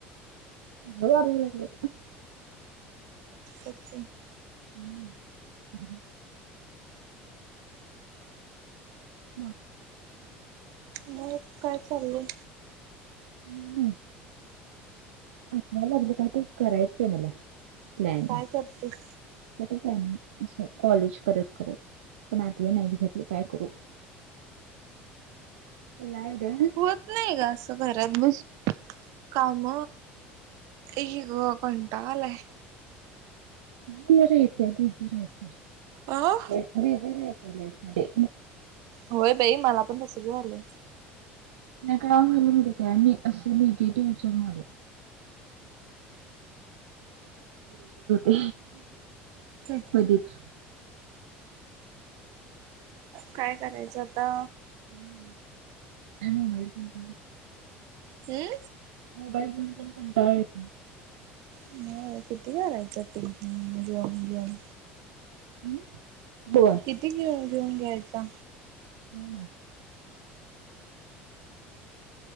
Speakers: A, on the right; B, on the right.
A: अ अले <inaudible>
B: के <inaudible>
A: हम्म ह् ब
B: मग काय चाललं
A: हम्म आठवायला लागले काहीत करायचं आहे मला प्लॅन
B: काय करतेस?
A: <unintelligible> असं कॉलेज करत करत पण आठव्या नाही एक्झॅक्टली काय करू य <inaudible>
B: होत नाही का असं घरात बसुन काम ए ग कंटालाय
A: दिर येते तुझा कडे
B: आं
A: बिझी रहायचं लाईफ मध्ये
B: होय बाई मला पण तसंच झालं
A: नाही काय म्हलं म्हणजे काय असं निगेटिव्ह विच झालं <inaudible>
B: हम्
A: कधिच
B: काय करायचं आता
A: काय
B: हम्म
A: मोबाईल घेऊन पण कंटाळा येतो
B: अ किती करायचं ते जेन जेम
A: हम् ब
B: किती घेऊन घेऊन घ्यायचा
A: हम ना